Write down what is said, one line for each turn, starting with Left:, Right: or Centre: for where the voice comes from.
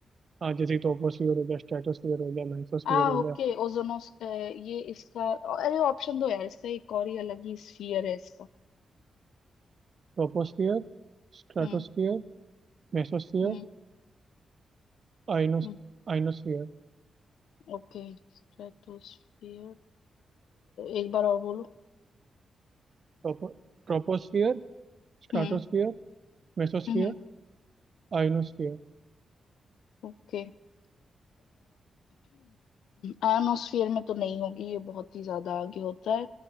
Right: हाँ जैसे टोपोस्फियर हो गया स्ट्रेटोस्फियर हो गया मेसोस्फियर
Left: आ
Right: हो
Left: ओके
Right: गया
Left: ओजोनोस अ, ये इसका अरे ऑप्शन दो यार इसका एक और ही अलग ही स्फीयर है इसका
Right: टोपोस्फियर स्ट्राटोस्फियर
Left: हम्म
Right: मेसोस्फियर
Left: हम्म.
Right: आइनोस
Left: हम्म,
Right: आइनोस्फियर
Left: ओके स्ट्रेटोस्फियर एक बार और बोलो
Right: टोपो ट्रोपोस्फियर स्ट्राटोस्फियर
Left: हम्म
Right: मेसोस्फियर
Left: हम्म
Right: आइनोस्फियर
Left: ओके आयनोस्फीयर <clears throat> में तो नहीं होगी ये बहुत ही ज्यादा आगे होता है